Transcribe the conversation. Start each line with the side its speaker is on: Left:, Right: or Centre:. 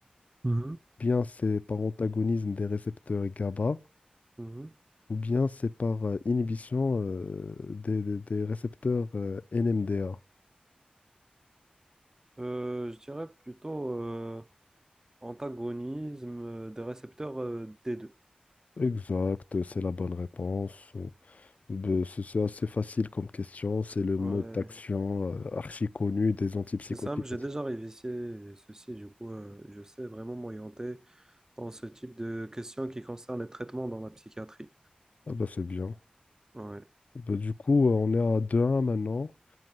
Right: mhm,
Left: bien c'est par antagonisme des récepteurs GABA,
Right: mhm.
Left: ou bien c'est par euh, inhibition euh, des, des- des récepteurs euh, NMDA?
Right: Euh, je dirais plutôt. euh, Antagonisme euh, des récepteurs euh, des deux.
Left: Exact, c'est la bonne réponse. Ben, c'est c'est assez facile comme question. C'est le
Right: Ouais,
Left: mode d'action euh, archi connu des antipsychotiques.
Right: c'est simple, j'ai déjà révisé ceci, du coup, euh, je sais vraiment m'orienter dans ce type de questions qui concernent les traitements dans la psychiatrie.
Left: Ah bah c'est bien.
Right: Ouais.
Left: Ben, du coup, euh, on est à deux un maintenant.